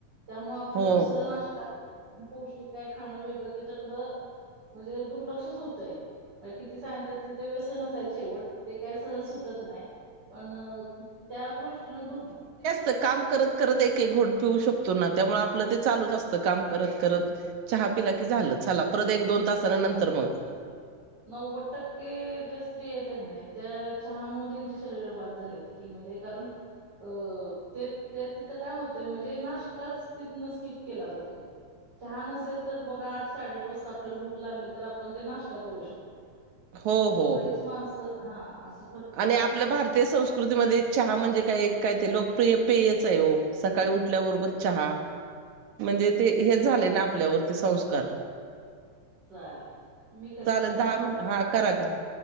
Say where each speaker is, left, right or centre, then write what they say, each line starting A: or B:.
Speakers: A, on the right; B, on the right.
A: त्यामुळं आपलं
B: हो
A: दुसर नाश्ता पौष्टिक काय खाणं वेगळं त्याच्याकडं. म्हणजे दुर्लक्षच होतय, बाई किती सागितलं तरी ते व्यसनच आहे शेवट. ते काय सहज सुटत नाही पण त्या गोष्टीनं दूर
B: तर काम करत करत एक एक घोट पिऊ शकतो ना? त्यामुळे आपलं
A: हां.
B: ते चालूच असतं काम करत. करत. चहा पिला की झालं. चला परत एक-दोन तास.
A: माजब.
B: <inaudible>
A: नव्वद टक्के ज्या स्त्री येते की नाही, त्या चहामुळे त्यांचे शरीर बाद झालेत. की मजे करून अ ते त्यात तिथं काय होतंय, म्हणजे नाश्ताच तिथन स्किप केला जातोय. चहा नसेल तर बघा आठ साडेआठ वाजता आपल्याला भुक लागली तर आपण तर नाश्ता करू शकतो
B: हो
A: म्हणजे
B: हो
A: बरीच माणसं हां आस
B: आणि आपल्या भारतीय संस्कृतीमध्ये चहा म्हणजे काय एक काय ते लोकप्रिय पेयच आहे हो. सकाळी उठल्याबरोबर चहा. म्हणजे ते हेच झाले ना आपल्यावरती संस्कार.
A: चालेल. मी करते
B: चालंल
A: कॉल
B: दहा
A: आता.
B: मिनटं हा
A: हो.
B: करा कर.